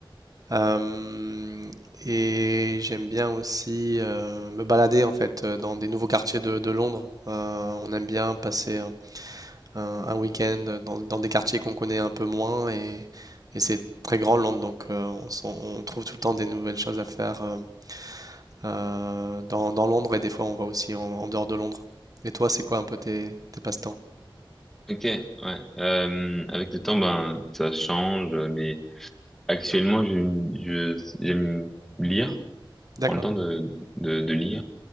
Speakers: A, on the right (about 45°); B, in the centre.
A: Euh, et j'aime bien aussi euh, me balader en fait euh, dans des nouveaux quartiers de, de Londres. Euh, on aime bien passer. un, un week-end dans, dans des quartiers qu'on connaît un peu moins et, et c'est très grand Londres, donc euh, on, s'en- on trouve tout le temps des nouvelles choses à faire euh, euh, dans, dans Londres et des fois on va aussi en, en dehors de Londres. Et toi, c'est quoi un peu tes, tes passe-temps?
B: Ok, ouais. Euh, avec le temps, ben, ça change, mais actuellement, je, je, j'aime lire,
A: D'accord.
B: prendre le temps de, de, de lire,